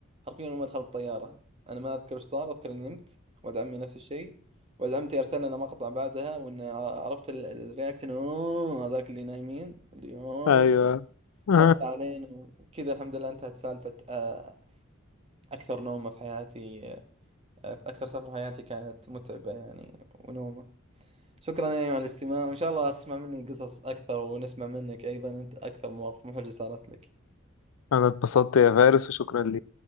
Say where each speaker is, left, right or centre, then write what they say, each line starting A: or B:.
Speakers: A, on the right; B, on the left.
A: حرفيا اول ما دخلت الطياره انا ما اذكر ايش صار اذكر اني نمت ولد عمي نفس الشيء ولد عمتي ارسل لنا مقطع بعدها وان عرفت ال- الرياكشن اوه هذاك اللي نايمين اللي اوه
B: ايوه <laughs>
A: حط علينا وكذا الحمد لله انتهت سالفه آه، اكثر نومه في حياتي آه، اكثر سفر في حياتي كانت متعبه يعني ونومه شكرا يا أيمن على الاستماع وإن شاء الله تسمع مني قصص أكثر ونسمع منك أيضا أنت أكثر مواقف محرجة صارت لك
B: انا اتبسطت يا فارس وشكرا ليك